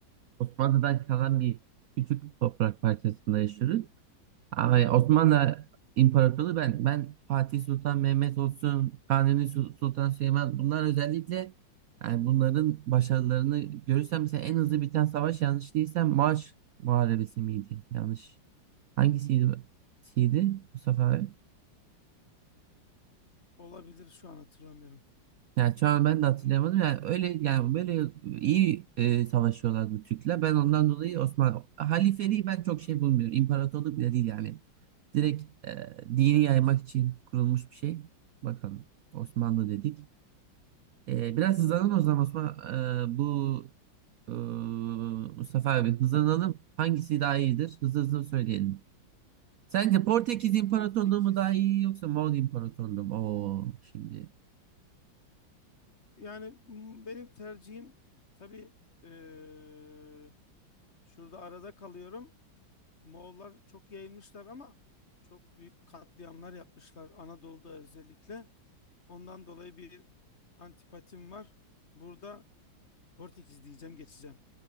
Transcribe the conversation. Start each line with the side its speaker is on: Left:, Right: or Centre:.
Right: Osmanlı'dan kalan bir küçük toprak parçasında yaşıyoruz. Ama Osmanlı İmparatorluğu ben ben Fatih Sultan Mehmet olsun, Kanuni Su- Sultan Süleyman bunlar özellikle yani bunların başarılarını görürsem mesela en hızlı biten savaş yanlış değilsem Maaş Muharebesi miydi? Yanlış. Hangisiydi? bu- Siydi Mustafa abi?
Left: Olabilir şu an hatırlamıyorum.
Right: Yani şu an ben de hatırlayamadım. Yani öyle yani böyle iyi e, savaşıyorlardı Türkler. Ben ondan dolayı Osmanlı halifeliği ben çok şey bulmuyorum. İmparatorluk bile değil yani. Direkt e, dini
Left: Evet.
Right: yaymak için kurulmuş bir şey. Bakalım Osmanlı dedik. E, biraz hızlanalım o zaman Osman. E, bu e, Mustafa abi hızlanalım. Hangisi daha iyidir? Hızlı hızlı söyleyelim. Sence Portekiz İmparatorluğu
Left: Portekiz.
Right: mu daha iyi yoksa Moğol İmparatorluğu mu? Oo, şimdi
Left: Yani m- benim tercihim tabii eee, şurada arada kalıyorum. Moğollar çok yayılmışlar ama çok büyük katliamlar yapmışlar Anadolu'da özellikle. Ondan dolayı bir antipatim var. Burada Portekiz diyeceğim geçeceğim.